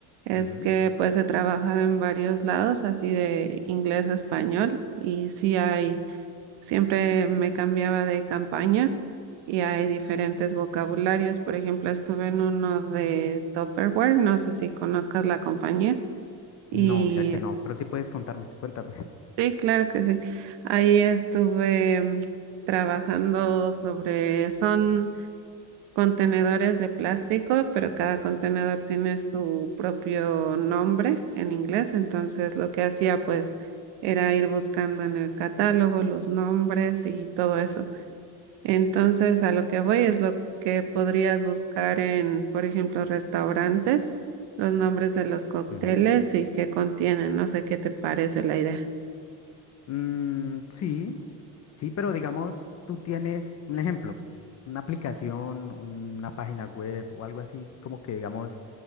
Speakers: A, on the right; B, on the left.
A: es
B: Ujú.
A: que pues he trabajado en varios lados, así de inglés a español, y sí hay, siempre me cambiaba de campañas y hay diferentes vocabularios, por ejemplo, estuve en uno de Tupperware, no sé si conozcas la compañía. Y
B: No, mira que no, pero sí puedes contarme, cuéntame.
A: Sí, claro que sí. Ahí estuve mm, trabajando sobre, son contenedores de plástico, pero cada contenedor tiene su propio nombre en inglés. Entonces lo que hacía pues era ir buscando en el catálogo los nombres y todo eso. Entonces a lo que voy es lo que podrías buscar en, por ejemplo, restaurantes, los nombres de los cócteles
B: <laughs> Ujú.
A: y qué contienen. No sé qué te parece la idea.
B: Mm, sí, sí, pero digamos, tú tienes un ejemplo, una aplicación, una página web o algo así, como que digamos...